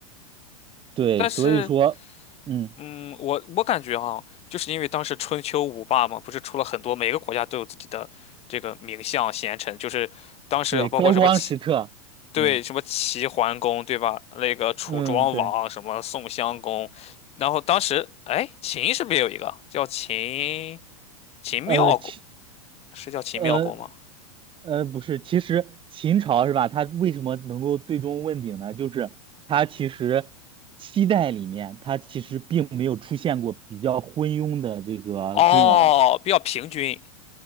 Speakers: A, on the right; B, on the left.
A: 对，
B: 但是。
A: 所以说，嗯，
B: 嗯，我我感觉哈，就是因为当时春秋五霸嘛，不是出了很多，每个国家都有自己的这个名相贤臣，就是当时包括什么齐，
A: 对，高光时刻，
B: 对，
A: 嗯
B: 什么齐桓公，对吧？那个楚庄王，
A: 嗯，对，
B: 什么宋襄公，然后当时哎，秦是不是也有一个叫秦秦妙公？
A: 呃，其
B: 是叫秦妙公吗？
A: 呃呃不是，其实秦朝是吧？它为什么能够最终问鼎呢？就是它其实七代里面，它其实并没有出现过比较昏庸的这个君王。
B: 哦，比较平均，